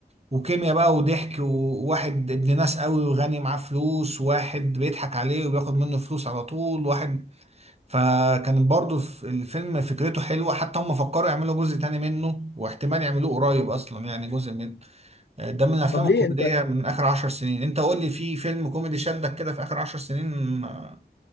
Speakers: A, on the right; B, on the left.
A: وكيمياء بقى وضحك وواحد ابن ناس قوي وغني معاه فلوس واحد بيضحك عليه وبياخد منه فلوس على طول واحد فكان برضو في الفيلم فكرته حلوة حتى هم فكروا يعملوا جزء تاني منه واحتمال يعملوه قريب أصلا يعني جزء من ده من الأفلام
B: طب
A: الكوميدية
B: ليه انت
A: من آخر عشر سنين أنت قول لي في فيلم كوميدي شدك كده في آخر عشر سنين آه،